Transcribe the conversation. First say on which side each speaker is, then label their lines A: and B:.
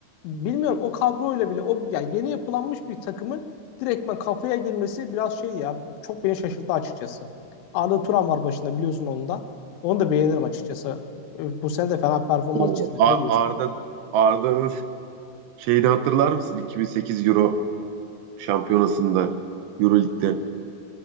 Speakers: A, on the left; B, on the right.
A: bilmiyorum o kadroyla bile o yani yeni yapılanmış bir takımın direktmen kafaya girmesi biraz şey ya çok beni şaşırttı açıkçası. Arda Turan var başında biliyorsun onu da. Onu da beğenirim açıkçası. Bu sene de fena performans
B: o
A: çizmedi.
B: A-
A: Ne diyorsun?
B: Arda Arda'nın şeyini hatırlar mısın? 2008 Euro şampiyonasında Euro Lig'de